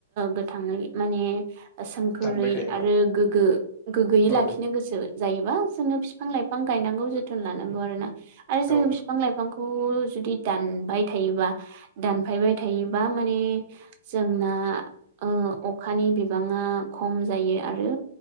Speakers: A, on the right (about 45°); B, on the left (about 30°).
A: गोथाङै माने सोमखोरै
B: दानबाय थायोबा
A: आरो गोग्गो गोग्गोयै
B: औ
A: लाखिनो गोसो जायोबा जोङो बिफां - लाइफां गायनांगौ जोथोन लानांगौ आरो ना आरो जोङो
B: औ
A: बिफां लाइफांखौ जुदि दानबाय थायोबा दानफायबाय थायोबा माने जोंना ओ अखानि बि बिबाङा खम जायो आरो